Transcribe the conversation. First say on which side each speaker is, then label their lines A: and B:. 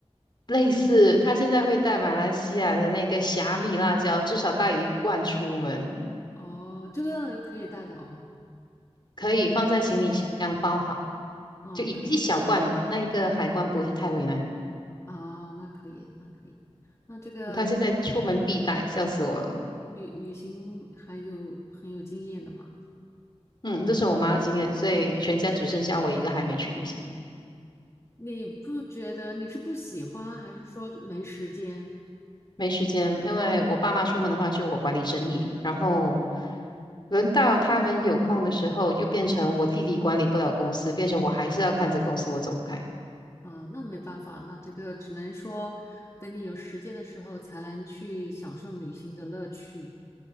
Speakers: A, on the left; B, on the left.
A: 类似，她现在会带马来西亚的那个虾米辣椒，至少带一罐出门，
B: 哦，这个可以带的哦，
A: 可以放在行李箱包好，
B: 啊，
A: 就一一小罐，
B: 可以
A: 那一个海关不会太为难你。
B: 啊，那可以，那可以，那这个
A: 他现在出门必带，笑死我了。
B: 旅旅行还有很有经验的嘛？
A: 嗯，这是我妈的经验，所以全家只剩下我一个还没去旅行，
B: 你不觉得你是不喜欢，还是说没时间？
A: 没时间。因为我爸妈出门的话，就我管理生意，然后轮到他们有空的时候，
B: 那？
A: 又变成我弟弟管理不了公司，变成我还是要看着公司，我走不开。
B: 啊，那没办法，那这个只能说等你有时间的时候才能去享受旅行的乐趣，